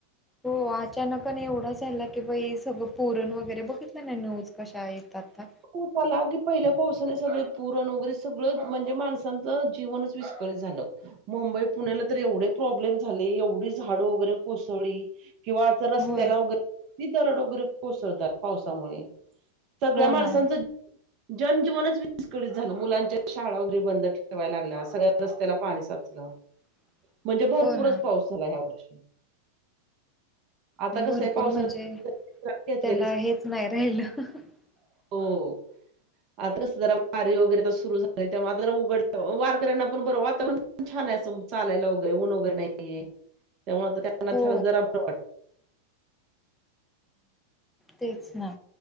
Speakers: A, in the centre; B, on the right (about 40°).
A: हो अचानकने एवढा झाला. की बाई सगळं पुरण वगैरे बघितलं ना न्यूज कशा आहेत आता.
B: होत आला की पहिल्या पावसाने सगळे पुरण वगैरे सगळं म्हणजे माणसांचं जीवनच विस्कळीत झालं. मुंबई पुण्याला तर एवढे प्रॉब्लेम झाले एवढी झाड वगैरे कोसळली किंवा तर रस्त्याला
A: होय
B: वगैरे किती दरड वगैरे कोसळतात पावसामुळे सगळ्या
A: हो
B: माणसांचं
A: ना
B: जनजीवनच विस्कळीत झालं. मुलांच्या शाळा वगैरे बंद ठेवायला लागल्या. सगळ्या रस्त्याला पाणी साचलं.
A: <inaudible>
B: म्हणजे भरपूरच
A: हो ना
B: पाऊस झाला. ह्या वर्षी, आता
A: भरपूर
B: कसं आहे पावसाळ्यात
A: म्हणजे
B: घेतलेली
A: त्याला हेच नाही राहिलं.
B: हो
A: <inaudible>
B: आता कसं जरा वारीे वगैरे सुरु झाले. तेव्हा जरा उघड वारकऱ्यांना पण बर वाटत. वातावरण पण छान आहे चालायला. वगैरे ऊन वेगरे नाहीये त्यामुळे त्यांना
A: हो
B: जरा बरं वाटत.
A: तेच ना